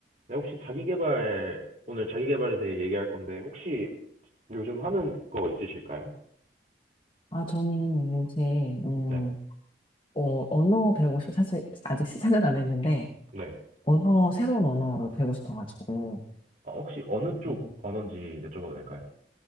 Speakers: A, on the right; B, on the left.
A: 네, 혹시 자기계발, 오늘 자기계발에 대해 얘기할 건데, 혹시 요즘 하는 거 있으실까요?
B: 아, 저는 요새, 음,
A: 네,
B: 어, 언어 배우고 싶어. 사실 아직 시작은 안 했는데,
A: 네,
B: 언어, 새로운 언어를 배우고 싶어가지고,
A: 어, 혹시 어느 쪽
B: 음,
A: 언어인지 여쭤봐도 될까요?